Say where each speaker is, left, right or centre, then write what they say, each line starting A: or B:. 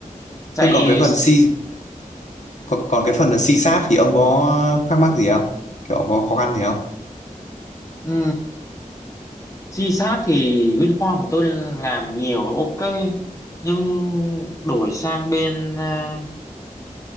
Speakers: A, on the left; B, on the left.
A: chạy
B: thế còn cái phần C còn, còn cái phần là CSAT thì ông có thắc mắc gì không kiểu có khó khăn gì không
A: ừ C Sharp thì WinForm của tôi làm nhiều ok nhưng đổi sang bên à,